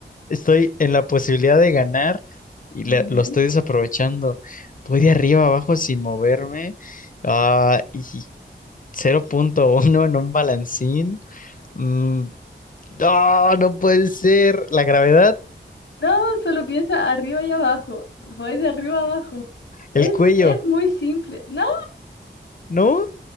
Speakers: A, on the left; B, on the left.
A: estoy en la posibilidad de ganar y
B: Ujú.
A: la- lo estoy desaprovechando. Voy de arriba abajo sin moverme. Ah, y cero punto uno en un balancín. Mm, no, no puede ser. La gravedad,
B: No, solo piensa arriba y abajo. Voy de arriba abajo. Es,
A: el cuello.
B: es muy simple. No,
A: No,